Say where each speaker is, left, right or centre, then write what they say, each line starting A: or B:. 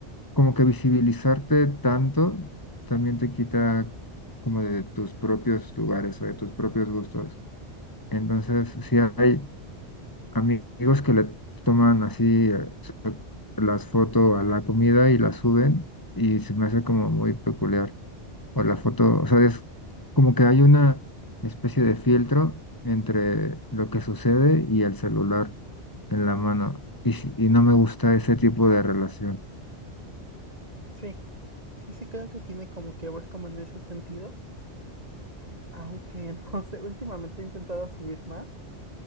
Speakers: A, on the left (about 15°); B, on the right (about 35°).
A: como que visibilizarte tanto también te quita como de tus propios lugares o de tus propios gustos. Entonces, sí hay amigos que le toman así. las foto a la comida y las suben y se me hace como muy peculiar. O la foto, o sea, es como que hay una especie de filtro entre lo que sucede y el celular en la mano. Y, si- y no me gusta ese tipo de relación.
B: sí, sí, sí, creo que tiene como que ver como en ese sentido. Aunque <laughs> no sé, últimamente he intentado subir más.